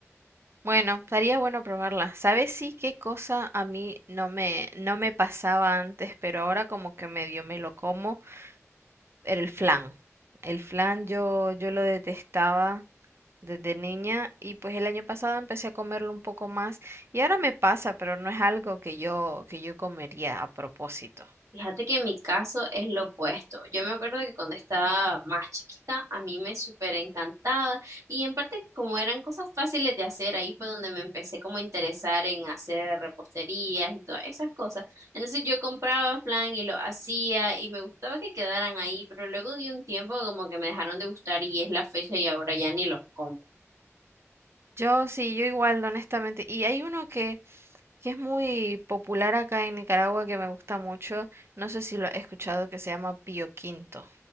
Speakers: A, on the right; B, on the right.
A: Bueno, estaría bueno probarla. ¿Sabes sí qué cosa a mí no me, no me pasaba antes, pero ahora como que medio me lo como? Era el flan. El flan yo, yo lo detestaba desde niña y pues el año pasado empecé a comerlo un poco más y ahora me pasa, pero no es algo que yo, que yo comería a propósito.
B: Fíjate que en mi caso es lo opuesto. Yo me acuerdo que cuando estaba más chiquita, a mí me súper encantaba y en parte como eran cosas fáciles de hacer, ahí fue donde me empecé como a interesar en hacer reposterías y todas esas cosas. Entonces yo compraba flan y lo hacía y me gustaba que quedaran ahí, pero luego de un tiempo como que me dejaron de gustar y es la fecha y ahora ya ni los como.
A: Yo sí, yo igual, honestamente. Y hay uno que, que es muy popular acá en Nicaragua que me gusta mucho. No sé si lo has escuchado, que se llama Pío Quinto.